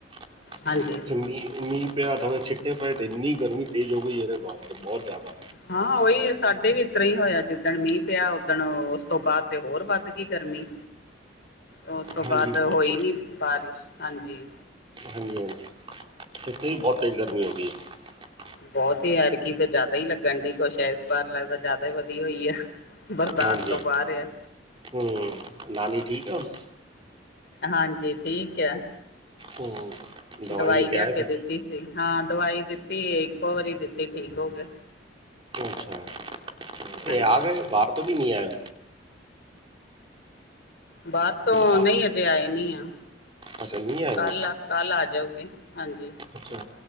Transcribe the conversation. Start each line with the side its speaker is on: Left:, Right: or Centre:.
Right: <unintelligible>
Left: ਹਾਂਜੀ
Right: ਪਿਆ ਥੋੜ੍ਹੇ ਛਿੱਟੇ ਪਏ ਇੰਨੀ ਗਰਮੀ ਤੇਜ਼ ਹੋ ਗਈ ਹੈ ਇਹਦੇ ਬਹੁਤ ਜ਼ਿਆਦਾ।
Left: ਹਾਂ ਉਹੀ ਸਾਡੇ ਵੀ ਇਸਤਾ ਹੀ ਹੋਇਆ ਜਿੱਦਣ ਮੀਂਹ ਪਿਆ ਉਦਣ ਉਸ ਤੋਂ ਬਾਅਦ ਤੇ ਹੋਰ ਵੱਧ ਗੀ ਗਰਮੀ, ਅ। ਉਸ ਤੋਂ ਬਾਅਦ
Right: ਹਾਂਜੀ
Left: ਹੋਈ
Right: ਬਹੁਤ
Left: ਨੀ ਬਾਰਿਸ਼ ਹਾਂਜੀ।
Right: ਹਾਂਜੀ ਹਾਂਜੀ ਇੱਥੇ ਵੀ ਬਹੁਤ ਤੇਜ਼ ਗਰਮੀ ਹੋ ਗਈ ਹੈ।
Left: ਬਹੁਤ ਹੀ ਯਾਰ ਕਿ ਤਾਂ ਜ਼ਿਆਦਾ ਹੀ ਲੱਗਣ ਡ ਕੁਛ ਹੈ, ਇਸ ਬਾਰ ਲੱਗਦਾ ਜ਼ਿਆਦਾ ਹੀ ਵਧੀਆ ਹੋਈ ਆ। ਬਰਦਾਸ਼ਤ
Right: ਹਾਂਜੀ
Left: ਤੋਂ
Right: ਹਾਂਜੀ,
Left: ਬਾਹਰ ਆ
Right: ਹਮ। ਨਾਨੀ ਠੀਕ ਆ ਹੁਨ।
Left: ਹਾਂਜੀ ਠੀਕ ਆ,
Right: ਹੂੰ।
Left: ਦਵਾਈ
Right: ਲੈ
Left: ਲਿਆ
Right: ਆਏ
Left: ਕੇ
Right: ਫਿਰ
Left: ਦਿੱਤੀ ਸੀ। ਹਾਂ ਦਵਾਈ ਦਿੱਤੀ, ਇੱਕੋ ਵਾਰੀ ਦਿੱਤੀ ਠੀਕ ਹੋ ਗਏ।
Right: ਅੱਛਾ
Left: ਹਾਂਜੀ
Right: ਇਹ ਆਗੇ ਬਾਰ ਤੋਂ ਕੀ ਨਹੀਂ ਆਏ,
Left: ਬਾਹਰ ਤੋਂ
Right: ਬਾ-
Left: ਨਹੀਂ ਅਜੇ ਆਏ ਨੀ ਆ
Right: ਅੱਛਾ ਨਹੀਂ ਆਏ
Left: ਕੱਲ
Right: ਹੁਣ
Left: ਆ ਕੱਲ ਆ ਜਾਊਗੇ। ਹਾਂਜੀ,
Right: ਅੱਛਾ,